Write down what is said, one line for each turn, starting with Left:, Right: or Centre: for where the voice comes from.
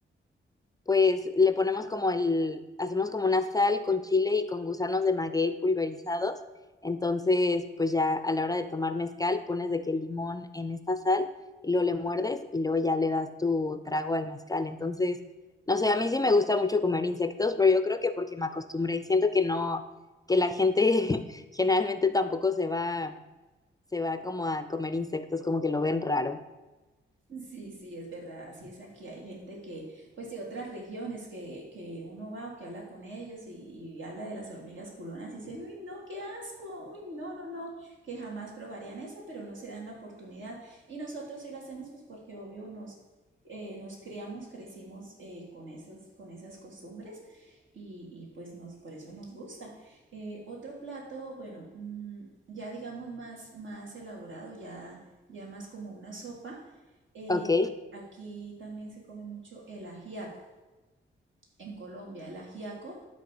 Left: pues le ponemos como el, hacemos como una sal con chile y con gusanos de maguey pulverizados. Entonces, pues ya a la hora de tomar mezcal, pones de que el limón en esta sal y luego le muerdes y luego ya le das tu trago al mezcal. Entonces, no sé, a mí sí me gusta mucho comer insectos, pero yo creo que porque me acostumbré, siento que no, que la gente <laughs> generalmente tampoco se va, se va como a comer insectos, como que lo ven raro.
Right: Sí, sí, es verdad, así es aquí. Hay gente que, pues de otras regiones que, que uno va o que habla con ellos y, y habla de las hormigas culonas y dicen, uy, no, qué asco, uy, no, no, no, que jamás probarían eso, pero no se dan la oportunidad. Y nosotros sí lo hacemos, pues porque obvio nos, eh, nos criamos, crecimos eh, con esas, con esas costumbres y, y, pues nos, por eso nos gusta. Eh, otro plato, bueno, mm, ya digamos más, más elaborado, ya, ya más como una sopa. Eh,
Left: Ok,
Right: aquí también se come mucho el ajiaco en Colombia. El ajiaco